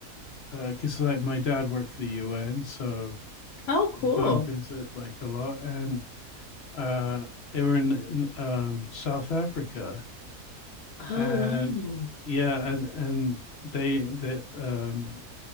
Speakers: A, on the left; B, on the left.
A: because uh, like my dad worked for the UN, so
B: Oh, cool.
A: I go and visit like a lot, and uh, they were in um, South Africa,
B: Oh,
A: and
B: wow.
A: yeah, and and they they um,